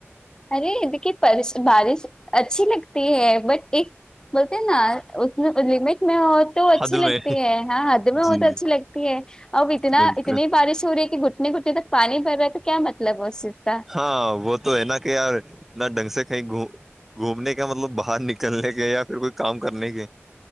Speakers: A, on the left; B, in the centre.
A: ارے دیکھیے بارش اچھی لگتی ہے بٹ ایک بولتے نا اس میں لمٹ میں ہو تو اچھی
B: حد
A: لگتی
B: میں
A: ہے ہاں حد میں
B: جی
A: ہو تو اچھی لگتی اب اتنا
B: بالکل
A: اتنی بارش ہو رہی ہے کہ گھٹنے گٹی تک پانی بھر رہا ہے تو کیا مطلب ہے اس چیز کا
B: ہاں وہ تو ہے نا کہ یار نہ ڈھنگ سے کہیں گوم گھومنے کا مطلب باہر نکلنے کے یا پھر کوئی کام کرنے کے